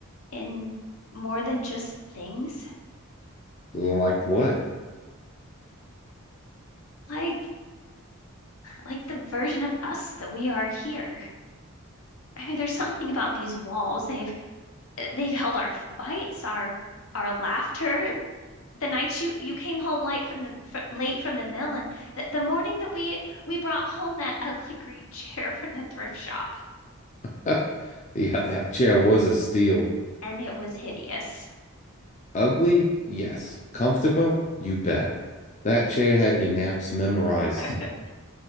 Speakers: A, on the left (about 75°); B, on the left (about 30°).
A: in more than just things?
B: Like what?
A: Like like the version of us that we are here. I mean, there's something about these walls. They've they've held our fights, our our laughter, the nights you you came home late from the fr late from the mill and th the morning that we we brought home that <laughs> ugly green chair from the thrift shop
B: <laughs> yeah, that chair was a steal.
A: and it was hideous. <sighs>
B: Ugly? Yes. Comfortable? You bet. That chair had your naps memorized.
A: <laughs>